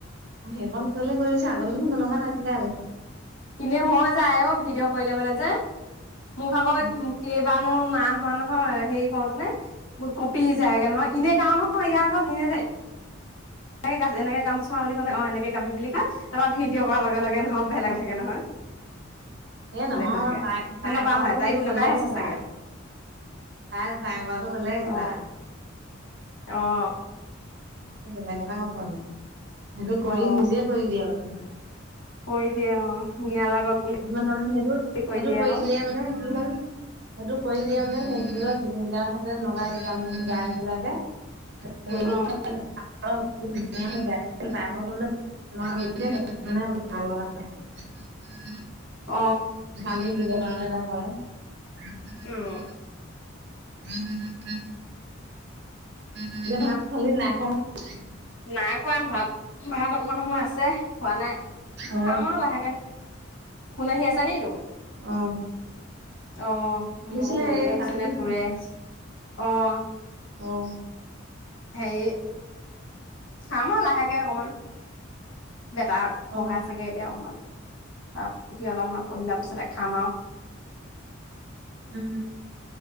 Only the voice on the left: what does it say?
ইনেই হৈ যায় অ', ভিডিঅ' কৰিলে মানে যে। মোৰ ভাগৰ
কেইবানও নাই--। হোৱা নহয়, হেৰি কৰোঁতেনে। কপি যায়গে নহয়। ইনে গাওঁ নহয়, এতিয়া আকৌ নিজে এনেকে এ-গ-এনেকৈ গাম চোৱা বুলি ক'লে অ', এনেকে গাবি বুলি কয়। তাৰ পৰা ভিডিঅ' কৰা লগে লগে নঃ--। অ', বেলেগ ধাগ--। কে নহয়।
হৈ থাকে
তেনেকুৱা
হয় তাই
তেনেকুৱাই
হৈছে
চাগে
অ অ'।
অ
কৰি দিয়ে অ ধুনীয়া লাগক বুলি
কৈ
আকৌ
অ
অ
উম
নাই খোৱা ভাত। ভাত অকমান সময় আছে, খোৱা নাই।
খাম আৰু লাহেকে, ফোন আহি আছে নেকি তোৰ?
অ',
মই মোৰে
আহিছে
নে
তোৰে আহিছে অ'
হেৰি, খাম আও লাহেকে অকমান। বেটাক পঢ়াইছেগে।
এতিয়া অকমান। ভাত, সি অলপমান পঢ়ি লোৱা পিছতে খাম আৰু।